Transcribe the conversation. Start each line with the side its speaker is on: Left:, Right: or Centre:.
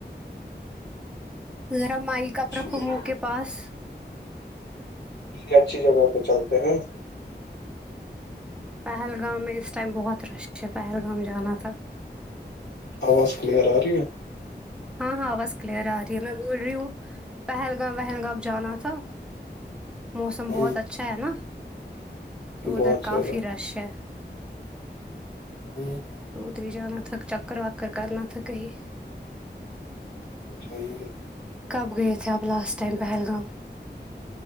Centre: ذرا مائ کپ رکھو
Left: جگہ
Centre: موہ
Left: پہ
Centre: کے پاس
Left: کسی اچھی جگہ پر چلتے ہیں
Centre: پہلگام میں اس ٹائم بہت رش ہے پہلگام جانا تھا
Left: آواز کلیئر آ رہی ہے
Centre: ہاں ہاںواز کلیئر آ رہی ہے میں بول رہی ہوں پہلگام ولگام جانا تھا موسم
Left: ہ
Centre: بہت اچھا ہے نا تو
Left: بہت
Centre: ادھر کافی
Left: زیادہ
Centre: رش ہے
Left: ہوں
Centre: س اتری ہی جانا تھک چکر وکر کرنا تھاک ہی
Left: جائے گے
Centre: کب گئے تھے آب last time Pahalgam